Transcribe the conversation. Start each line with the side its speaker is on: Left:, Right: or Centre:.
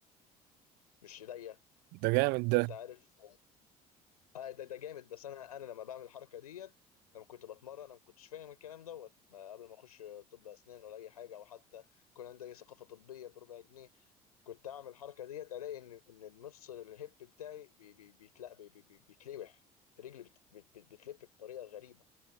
Left: مش ايديا
Right: ده جامد
Left: يعني
Right: ده
Left: انت عارف آه ده ده جامد بس انا انا لما بعمل الحركه ديت لما كنت بتمرن انا ما كنتش فاهم الكلام دوت ما قبل ما اخش طب اسنان ولا اي حاجه او حتى كان عندي أي ثقافه طبيه بربع جنيه كنت اعمل الحركه ديت الاقي ان ان المفصل الهيب بتاعي بي بي بيتلا بي بي بي- بيتلوح رجلي بت- بت- بت- بتلف بطريقه غريبه